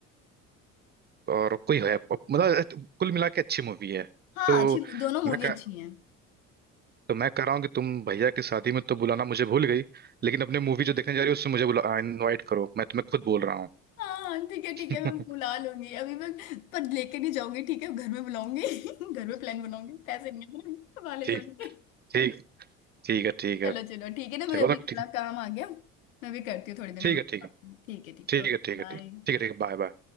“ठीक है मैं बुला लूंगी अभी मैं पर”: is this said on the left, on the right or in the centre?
Left